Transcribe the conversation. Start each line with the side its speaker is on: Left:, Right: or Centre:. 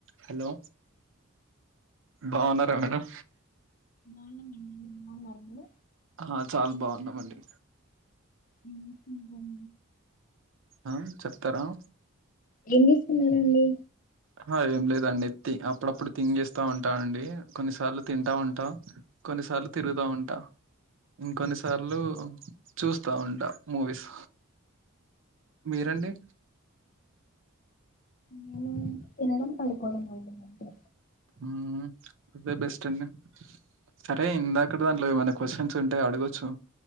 Right: Hello బాగున్నారా madam
Left: బాగున్నాం అండి మీ బాగున్నారా మీరు
Right: ఆ చాలా బాగున్నామండి
Left: ఏం చేస్తున్నారు?
Right: ఆ చెప్తారా
Left: ఏం తీసుకున్నారండి
Right: హా ఏం లేదండి అప్పుడప్పుడు తింగ్ చేస్తా ఉంటా అండి కొన్నిసార్లు తింటా ఉంటా. కొన్నిసార్లు తిరుగుతా ఉంటా. ఇంకొన్ని సార్లు చూస్తా ఉంటా మూవీస్ మీరండి
Left: నే తినడం పడుకోడం అండి అంతే
Right: హ్మ్ అదే బెస్ట్ అండి సరే ఇందాకడ దాంట్లో ఏవన్న క్వశ్చన్స్ ఉంటే అడగొచ్చు